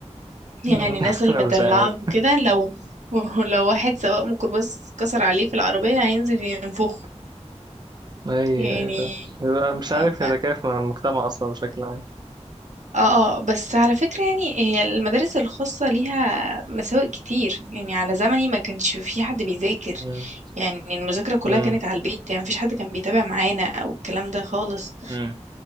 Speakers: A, on the right (about 85°); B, on the right (about 35°).
A: يعني
B: مم. <laughs>
A: الناس اللي
B: انا
A: مدلعة
B: مش عارف
A: وكده لو <laughs> لو واحد سواق ميكروباص كسر عليه في العربية هينزل ينفخه
B: ايوه
A: يعني
B: ايوه فاهم. يبقى مش
A: آه،
B: عارف يتكيف مع المجتمع اصلا بشكل عام
A: اه اه بس على فكرة يعني هي المدارس الخاصة ليها مساوئ كتير يعني على زمني ما كانش في حد بيذاكر
B: مم.
A: يعني المذاكرة كلها
B: مم.
A: كانت على البيت يعني مفيش حد كان بيتابع معانا او الكلام ده خالص
B: مم.